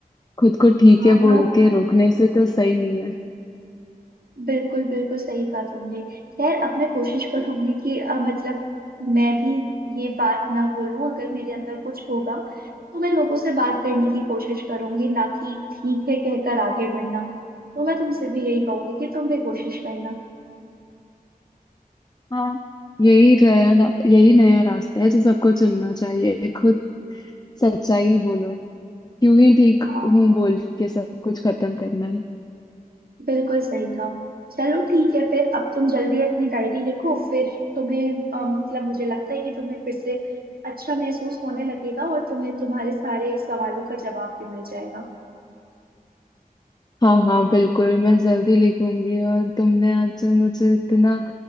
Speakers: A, on the left; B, on the right.
A: खुद को ठीक
B: हाँ
A: है बोल
B: हाँ
A: के रोकने से तो सही नहीं है
B: बिल्कुल बिल्कुल सही कहा तुमने खैर अब मैं कोशिश करूंगी कि अ, मतलब मैं भी ये बात ना बोलूं अगर मेरे अंदर कुछ होगा तो मैं लोगों से बात करने की कोशिश करूंगी ना कि ठीक है कहकर आगे बढ़ना तो मैं तुमसे भी यही कहूंगी कि तुम भी कोशिश करना
A: हाँ यही रहा यही नया रास्ता है जो सबको चुनना चाहिए खुद सच्चाई बोलो क्यों ही ठीक
B: हाँ
A: हूँ बोल के सब कुछ खत्म करना है
B: बिल्कुल सही कहा चलो ठीक है फिर अब तुम जल्दी अपनी डायरी लिखो फिर तुम्हें अ, मतलब मुझे लगता है कि तुम्हें फिर से अच्छा महसूस होने लगेगा और तुम्हें तुम्हारे सारे सवालों का जवाब भी मिल जाएगा
A: हाँ हाँ बिल्कुल मैं जल्दी लिखूंगी और तुमने आज जो मुझे इतना